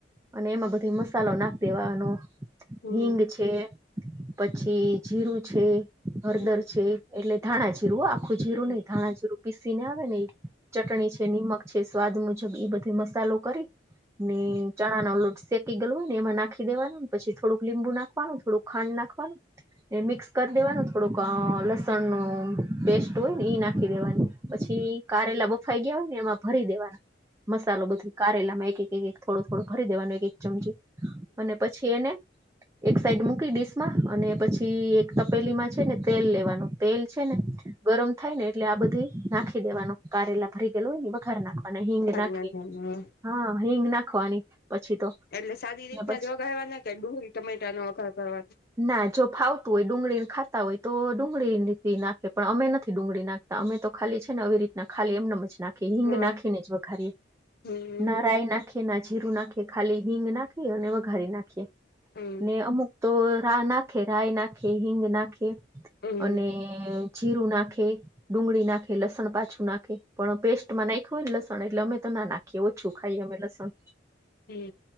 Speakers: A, on the right (about 15°); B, on the left (about 55°).
A: અને એમાં બધી મસાલો નાખ દેવાનો
B: હમ
A: હિંગ છે. પછી જીરું છે, હળદર
B: હમ
A: છે, એટલે ધાણા જીરું આપ. આખું જીરું
B: વઘારી
A: નહિ ધાણા જીરું પીસી ને આવે ન ચટણી છે નિમક છે સ્વાદ મુજબ એ બધે મસાલો કરી ને ચણા નો લોટ શેકી ગયેલુને એમાં નાખી દેવાનું પછી થોડું લીંબુ નાખવાનું થોડું ખાંડ નાખવાનું ને મિક્સ કર દેવાનું થોડુંક લસણ નું પેસ્ટ હોય ને ઈ નાખી દેવાની પછી કારેલા બફાઈ ગયા હોય ને એમાં ભરી દેવાના મસાલો બધું કારેલામાં એક એક એક થોડું થોડું ભરી દેવાનું એક એક ચમચી અને પછી એને એક સાઈડ મૂકી ડીશ માં અને પછી એક તપેલીમાં છે ને તેલ લેવાનું તેલ છે ને ગરમ થાય ને એટલે આ બધી નાખી દેવાનું કારેલા ભરી ગયેલું વખારી નાખવાના હિંગ નાખીને
B: નાખવાના
A: હા હિંગ નાખવાની પછી તો
B: એટલે સારી રીતના
A: ને પછી
B: જ વગાવાના કે ડુંગળી ટમેટા નો વગાર કરવાનો
A: ના જો ફાવતું હોય ડુંગળીને ખાતા હોય તો ડુંગળી નાખે પણ અમે નથી ડુંગળી નાખતા. અમે તો ખાલી છે ને આવી રીત ખાલીમનેમ જ નાખી હિંગ
B: હા
A: નાખીને જ વઘારીએ
B: હમ
A: ના રાય નાખીએ ના જીરું નાખીએ ખાલી હિંગ નાખીએ અને વઘારી નાખીએ
B: હમ
A: ને અમુક તો રા નાખી ખેરાય નાખે હિંગ નાખે
B: હમ
A: અને જીરું નાખે ડુંગળી નાખે લસણ પાછું નાખે પણ પેસ્ટમાં નાખ્યું હોય ને લસણ એટલે અમે તો ના નાખીએ ઓછું ખાઈ અમે લસણ
B: હા.